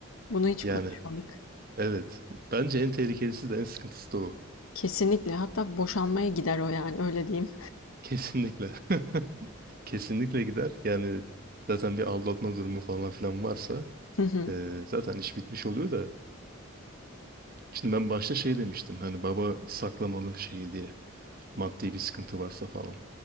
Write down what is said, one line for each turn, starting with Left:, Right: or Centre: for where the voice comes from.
Left: Bunu hiç
Right: Yani
Left: konuşmadık.
Right: evet. Bence en tehlikelisi de en sıkıntısı da o.
Left: Kesinlikle. Hatta boşanmaya gider o, yani, öyle diyeyim.
Right: Kesinlikle. <laughs> Kesinlikle gider. Yani zaten bir aldatma durumu falan filan varsa
Left: Hı hı.
Right: eee, zaten iş bitmiş oluyor da. Şimdi ben başta şey demiştim hani baba saklamalı şey diye maddi bir sıkıntı varsa falan.